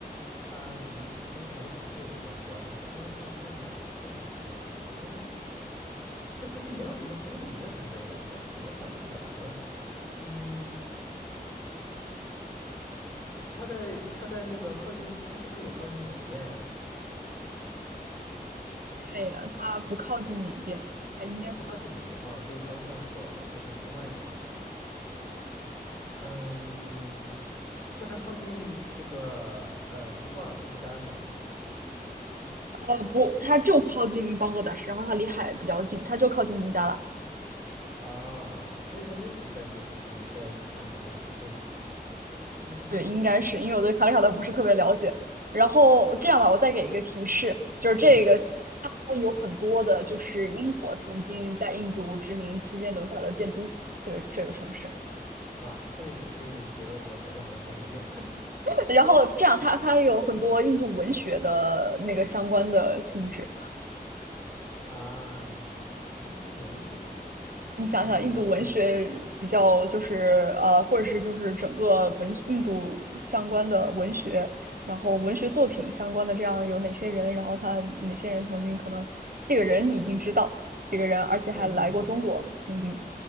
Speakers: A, on the left; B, on the right.
A: 它离跟卡里卡特也相关，那它是哪个城市呢？觉得这附近没有什么很有名的城市了，感觉好像我想不起来了。嗯，它在它在那个靠近，它是不是也靠近缅甸呀？
B: 看一眼，它不靠近缅甸，它应该不靠近。
A: 它不靠近缅甸哦，所以方向错了，那就是另外一个方向。嗯，那它靠近这个呃尼泊尔和不丹嘛？
B: 呃，不，它就靠近邦格达什，然后它离海比较近，它就靠近孟加拉。
A: 啊，所以那就是在这附近，在卡里卡特的附近。嗯
B: 对，应该是因为我对卡里塔特不是特别了解。然后这样吧，我再给一个提示，就是这个它有很多的，
A: 嗯，
B: 就是英国曾经在印度殖民期间留下的建筑物，这个这个城市。
A: 哇，这个提示给了我，感觉好像没什么用
B: 然后这样它它有很多印度文学的那个相关的性质。
A: <laughs> 啊。印度文学，印度文学我也，
B: 你想想，印度文学比较就是呃，或者是就是整个文印度相关的文学，然后文学作品相关的这样有哪些人，然后他哪些人曾经可能这个人你一定知道，这个人而且还来过中国，
A: 嗯，
B: 曾经